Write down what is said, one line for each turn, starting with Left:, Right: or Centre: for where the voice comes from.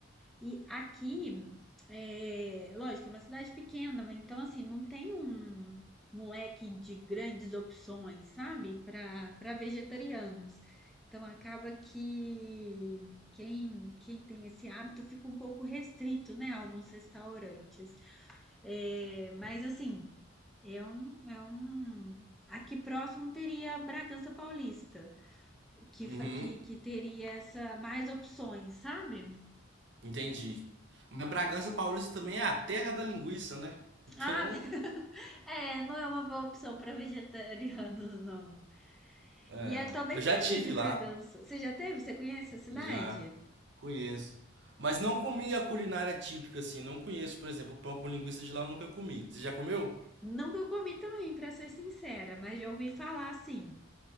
Centre: E aqui, é, lógico, é uma cidade pequena, então assim, não tem um, um leque de grandes opções, sabe? Para vegetarianos. Então acaba que quem, quem tem esse hábito fica um pouco restrito, né? a Alguns restaurantes. É, mas assim, é um, é um. Aqui próximo teria Bragança Paulista, que,
Right: Uhum,
Centre: fa- que, que teria essa mais opções, sabe?
Right: entendi. Mas Bragança Paulista também é a terra da linguiça, né? Então,
Centre: Ah, <laughs> é, não é uma boa opção para vegetarianos, não.
Right: é.
Centre: E eu tô bem
Right: Eu já
Centre: perto
Right: tive
Centre: de Bragança.
Right: lá.
Centre: Você já teve? Você conhece a cidade?
Right: Já conheço. Mas não comi a culinária típica assim, não conheço, por exemplo, pão com linguiça de lá eu nunca comi. Você já comeu?
Centre: Nunca eu comi também, para ser sincera, mas já ouvi falar sim.